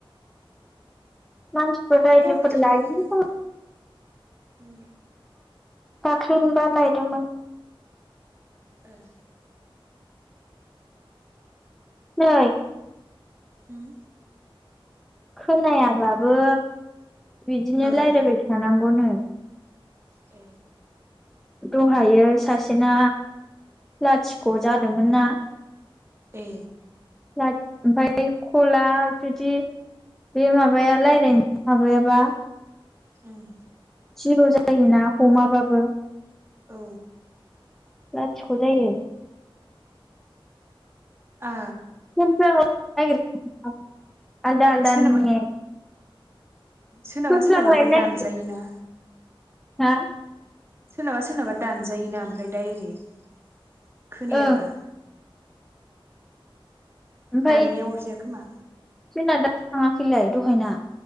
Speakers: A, in the centre; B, on the right.
A: मानसिफोर
B: अरजाया
A: रायजोफोर
B: बिदि
A: लायो।
B: दंग' थाबा उम
A: दाख्लैनो मोनबा लायदोंमोन।
B: द <inaudible>
A: फै
B: होम।
A: खोनायाबाबो। बिदिनो
B: ओ
A: रायज्लायबाय थानां गौनो।
B: औ।
A: दहायो सासेना लाथिख' जादोंमोन ना।
B: ए
A: ला ओमफ्राय खला जुदि बे मा बाया रायज्लायनो माबायाबा।
B: उम।
A: जिर' जायोना हमाबाबो।
B: औ।
A: लाथिख' जायो।
B: आ
A: <unintelligible> आलदा आलदा
B: सोरनाबा
A: नेट
B: सोरनाबा
A: फोनफ्लांलायनो
B: सोरनाबा ओमफ्राय दानजायो ना।
A: नागिरो हा
B: सोरनाबा सोरनाबा दानजायोना ओमफ्राय डायरेग। खोनायाबा।
A: ओं ओमफाय
B: दाननाया अरजाया खोमा।
A: जोंना दा थाङाखैलाय दहायना।